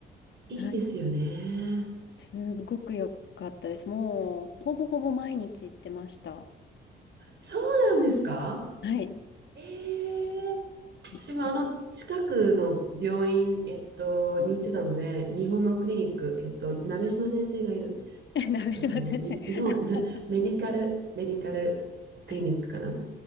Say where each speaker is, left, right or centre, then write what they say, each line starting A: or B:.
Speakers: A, on the right (about 55°); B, on the left (about 60°).
A: いいですよね。
B: はい。すごく良かったです。もう、ほぼほぼ毎日行ってました。
A: そうなんですか
B: はい。
A: ええ私もあの近くの病院、
B: 行ってて
A: えっと、に行ってたので、日本のクリニック、えっと、鍋島先生がいる、
B: <laughs> 鍋島先生。
A: あの、に日本メ
B: あ
A: <laughs> メディカル、メディカルクリニックかな、
B: はい。